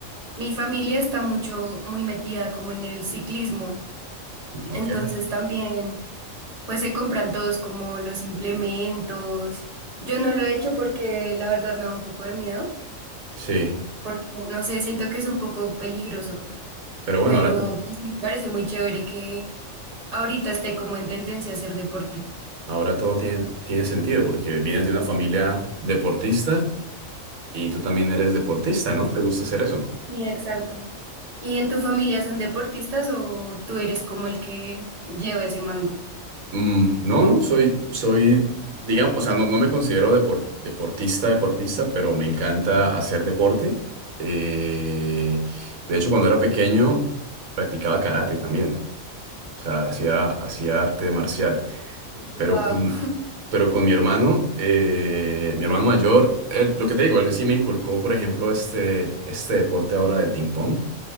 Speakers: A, on the right; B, on the right.
A: mi familia está mucho, muy metida como en el ciclismo.
B: ok,
A: Entonces, también, pues se compran todos como los implementos. Yo no lo he hecho porque la verdad me da un poco de miedo,
B: sí.
A: porque no sé, siento que es un poco peligroso.
B: Pero bueno,
A: Pero
B: ahora,
A: pues, sí me parece muy chévere que Ahorita esté como en tendencia a hacer deporte.
B: ahora todo tiene, tiene sentido porque vienes de una familia deportista y tú también eres deportista, ¿no? ¿Te gusta hacer eso?
A: Sí, exacto. ¿Y en tu familia son deportistas o tú eres como el que lleva ese mando?
B: Mm, no, no, soy, soy, digamos, o sea, no, no me considero depor- deportista, deportista, pero me encanta hacer deporte. Eh, de hecho, cuando era pequeño, practicaba karate también. O sea, hacía, hacía arte marcial.
A: Wow.
B: Pero con, pero con mi hermano, eh, mi hermano mayor, él- lo que te digo, él sí me inculcó, por ejemplo, este, este deporte ahora del ping-pong.